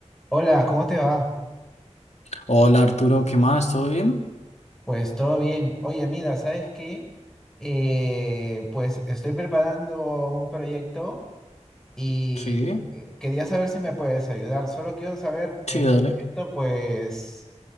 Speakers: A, in the centre; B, on the left.
A: Hola, ¿cómo te va?
B: Hola Arturo, ¿qué más? ¿Todo bien?
A: Pues todo bien. Oye, mira, ¿sabes qué? Eh, pues estoy preparando un proyecto y
B: Sí,
A: eh, quería saber si me puedes ayudar. Solo quiero saber,
B: sí,
A: en
B: dale.
A: esto, pues